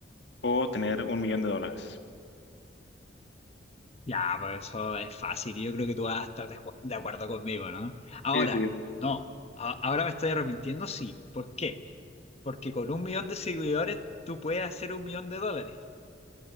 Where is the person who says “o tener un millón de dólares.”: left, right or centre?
Left